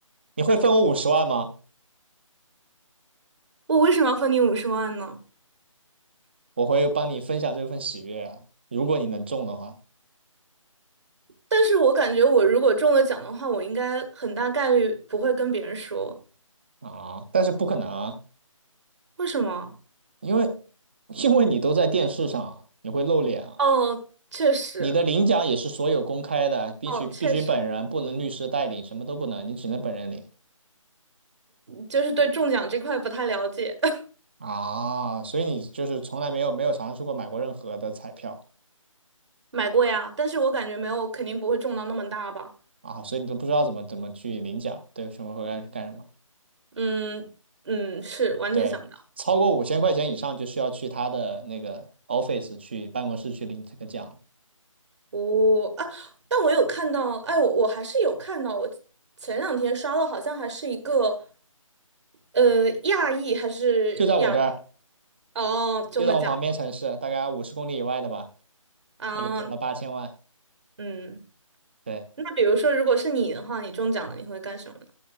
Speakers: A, on the right; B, on the right.
A: 你会分我五十万吗？
B: <laughs> 我为什么要分你五十万呢？
A: 我会帮你分享这份喜悦啊，如果你能中的话
B: 但是我感觉我如果中了奖的话，我应该很大概率不会跟别人说。
A: 啊，但是不可能啊，
B: 为什么？
A: 因为因为你都在电视上啊，你会露脸啊，
B: 哦，确实，
A: 你的领奖也是所有公开的，必须必须本人，
B: 哦，确实，
A: 不能律师代领，什么都不能，你只能本人领。
B: 就是对中奖这块不太了解。<laughs>
A: 啊，所以你就是从来没有没有尝试过买过任何的彩票
B: 买过呀，但是我感觉没有，肯定不会中到那么大吧。
A: 啊，所以你都不知道怎么怎么去领奖，对，什么会干干什么？
B: 嗯嗯，是完全想。
A: 对，
B: 不到。
A: 超过五千块钱以上就需要去他的那个 office 去办公室去领这个奖，
B: 哦啊，但我有看到，哎，我我还是有看到，我前两天刷到，好像还是一个，呃，亚裔还是亚，
A: 就在我这儿，
B: 哦，中的奖
A: 就在我旁边城市，大概五十公里以外的吧，
B: 吗啊，
A: 他就中了八千万。
B: 嗯，
A: 对
B: 那比如说，如果是你的话，你中奖了，你会干什么呢